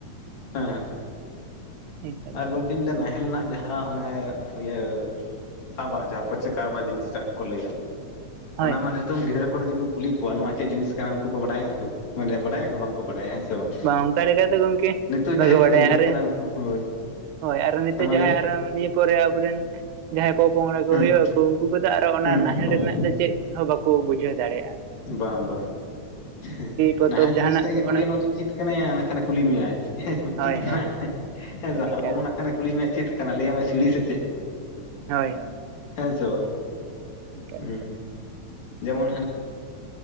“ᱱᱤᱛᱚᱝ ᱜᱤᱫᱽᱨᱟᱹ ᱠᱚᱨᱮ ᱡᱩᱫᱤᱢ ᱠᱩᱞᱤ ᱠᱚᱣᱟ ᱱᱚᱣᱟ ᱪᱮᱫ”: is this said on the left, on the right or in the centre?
Left